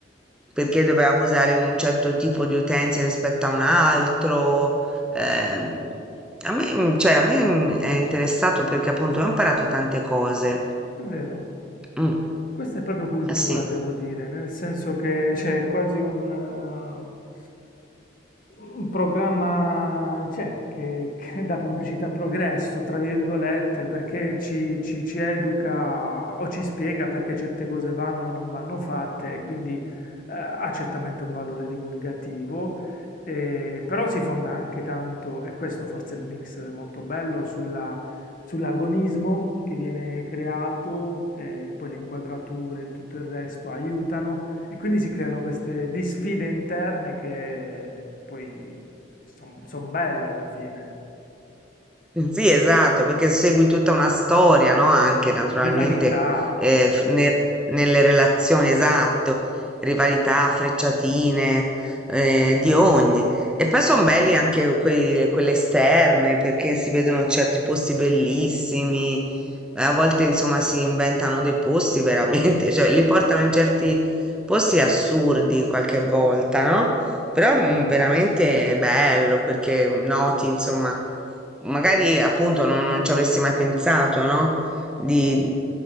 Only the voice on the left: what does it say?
È vero.
Questa è proprio cultura,
devo dire, nel senso che c'è quasi un, eh, un programma, c'è, che, che dà pubblicità a progresso, tra virgolette, perché ci, ci- ci educa o ci spiega perché certe cose vanno o non vanno fatte, e quindi eh, ha certamente un valore divulgativo, eh, però si fonda anche tanto, e questo forse è il mix molto bello, sulla sull'agonismo che viene creato, eh, poi le inquadrature e tutto il resto aiutano e quindi si creano queste di sfide interne che poi sono belle alla fine.
Rivalità,
sì,